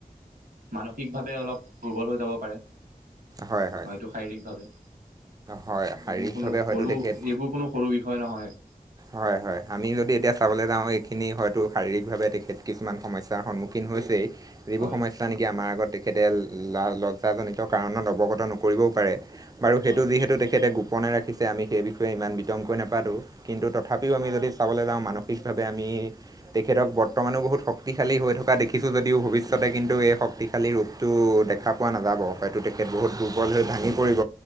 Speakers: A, on the right; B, on the right.
A: মানসিকভাৱে অলপ দুৰ্বল হৈ যাব পাৰে
B: হয় হয়
A: এইটো শাৰীৰিক ভাৱে
B: হয়
A: এইবোৰ
B: শাৰীৰিকভাৱে
A: কোনো সৰু
B: হয়তো তেখেত
A: এইবোৰ কোনো সৰু বিষয় নহয়
B: হয় হয় আমি যদি এতিয়া চাবলৈ যাও খিনি হয়তো শাৰীৰিকভাৱে তেখেত কিছুমান সমস্যাৰ সন্মুখীন হৈছেই যিবোৰ
A: হয়
B: সমস্যা নেকি আমাৰ আগত তে তেতিতো লজ্জাজনিত কাৰণত অৱগত নকৰিবও পাৰে বাৰু সেইটো
A: হয়
B: যিহেত তেখেতে গোপনে ৰাখে ৰাখিছে আমি সেই বিষয়ে ইমান বিতংকৈ নাপাতোঁ কিন্তু তথাপিও আমি যদি চাবলৈ যাওঁ মানসিকভাৱে আমি তেখেতক বৰ্তমানো বহুত শক্তিশালী হৈ থকা দেখিছো যদি দিও ভৱিষ্যতে কিন্তু এই শক্তিশালী ৰূপটো দেখা পোৱা নাযাব হয়তো তেখেত বহুত দুৰ্বল হৈ ভাঙি পৰিব